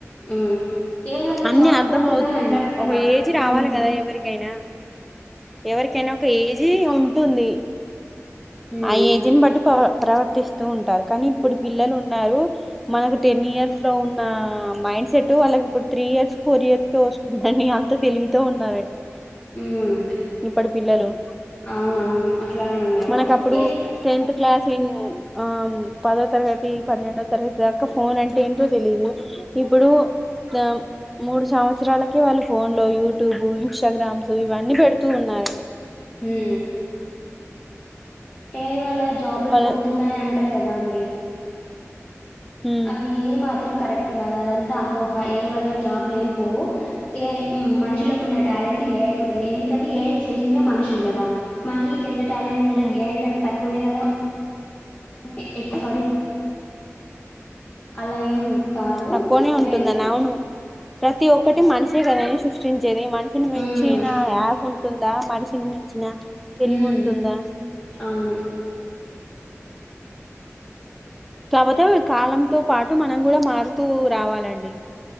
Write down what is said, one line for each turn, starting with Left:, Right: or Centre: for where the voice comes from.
Left: ఉమ్ ఏ ఐ వల్ల
Centre: అన్ని
Left: జాబ్స్
Centre: అర్థం
Left: పోతున్నాయి
Centre: అవుతున్నాయి
Left: అంటారు కదా
Centre: ఒక ఏజ్
Left: ఉమ్
Centre: రావాలి
Left: ఉమ్
Centre: కదా ఎవరికైనా ఎవరికైనా ఒక ఏజీ ఉం ఉంటుంది
Left: హ్మ్.
Centre: ఆ ఏజ్ని బట్టి ప్ర ప్రవర్తిస్తూ ఉంటారు కానీ ఇప్పుడు పిల్లలు ఉన్నారు మనకు టెన్ ఇయర్స్ లో ఉన్న మైండ్ సెట్ వాళ్ళకి ఇప్పుడు త్రీ ఇయర్స్ ఫోర్ ఇయర్స్ కే వస్తుందని అంత తెలివితో ఉన్నారండి
Left: హ్మ్.
Centre: ఇప్పడు పిల్లలు
Left: అవునవును. అట్లానే ఉన్నారు.
Centre: మనకు అప్పుడు
Left: ఏ
Centre: టెన్త్ క్లాస్ ఇన్ ఆ పదో తరగతి పన్నెండో తరగతి దాకా ఫోన్ అంటే ఏంటో తెలీదు ఇప్పుడు దాం మూడు సంవత్సరాలకె వాళ్ళు ఫోన్ లో యూట్యూబ్ ఇన్స్టాగ్రామ్స్ ఇవన్నీ అన్ని పెడుతూ ఉన్నారండి
Left: హ్మ్. ఏఐ వల్ల జాబులు
Centre: వాళ్ళ
Left: పోతున్నాయి అంటారు కదా అండి
Centre: ఉమ్
Left: అది ఏ మాత్రం కరెక్ట్ కాదు అదంతా అపోహ ఏ ఐ వల్ల జాబ్లు ఏం పోవు ఏ ఐ మనుషులకున్న టాలెంట్ ఏఐ ఉండదు ఎందుకంటే ఏఐ చేసిందే మనుషులు కదా మనుషులకి కి ఎంత టాలెంట్ ఉండది
Centre: ఉమ్
Left: ఏఐ కంటే తక్కువనే కదా ఓకే ఎక్కు సారీ అలా ఏం కాదు
Centre: తక్కువనే ఉంటుందని
Left: రై
Centre: అవును ప్రతి ఒక్కటి మనిషె కదా అన్ సృష్టిం చేది మనిషిని మించిన
Left: హ్మ్.
Centre: యాప్ ఉంటుందా మనిషిని మించిన తెలివి
Left: హ్మ్.
Centre: ఉంటుందా
Left: అవును
Centre: కాపోతే కాలంతో పాటు మనం కూడా మారుతూ రావాలండి